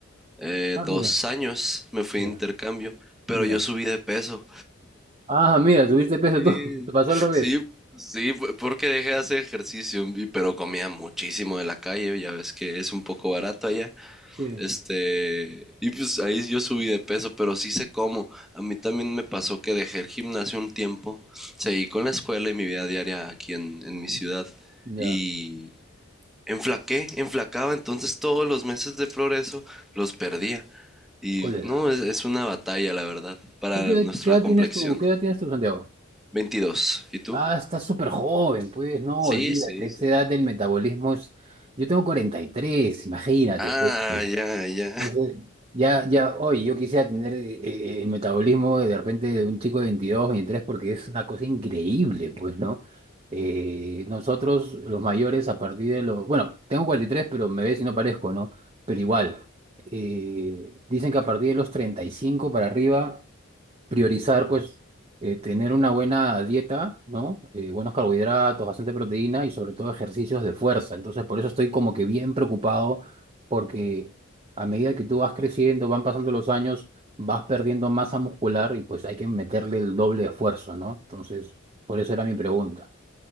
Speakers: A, in the centre; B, on the right.
A: eh,
B: Ah,
A: dos
B: mira,
A: años, me fui
B: ya,
A: de intercambio, pero
B: ya.
A: yo subí de peso.
B: Ah, mira, subiste peso
A: Sí,
B: tú. <laughs> Te pasó al revés.
A: sí, sí, fue porque dejé de hacer ejercicio, y- pero comía muchísimo de la calle, ya ves que es un poco barato allá.
B: Sí,
A: Este, y pues ahí yo subí de peso, pero sí sé cómo. A mí también me pasó que dejé el gimnasio un tiempo, seguí con la escuela y mi vida diaria aquí en, en mi ciudad.
B: ya.
A: Y enflaqué, enflacaba, entonces todos los meses de progreso los perdía. Y
B: Cólera.
A: no, es, es una batalla, la verdad, para
B: ¿Tú qué,
A: nuestra
B: qué edad
A: complexión.
B: tienes tú? ¿Qué edad tienes tú, Santiago?
A: 22. ¿Y tú?
B: Ah, estás súper joven, pues no,
A: Sí,
B: olvídate.
A: sí,
B: Esa
A: sí.
B: edad del metabolismo es... Yo tengo cuarenta y tres imagínate,
A: Ah,
B: pues.
A: ya, ya.
B: Entonces, ya, ya hoy yo quisiera tener eh, el metabolismo de, de repente de un chico de veintidós veintitrés porque es una cosa increíble, pues, ¿no? Eh, nosotros, los mayores, a partir de los... Bueno, tengo cuarenta y tres pero me ves y no parezco, ¿no? Pero igual, eh, dicen que a partir de los 35 para arriba priorizar, pues, eh, tener una buena dieta, ¿no? Eh, buenos carbohidratos, bastante proteína y sobre todo ejercicios de fuerza. Entonces, por eso estoy como que bien preocupado porque a medida que tú vas creciendo, van pasando los años, vas perdiendo masa muscular y pues hay que meterle el doble de esfuerzo, ¿no? Entonces, por eso era mi pregunta.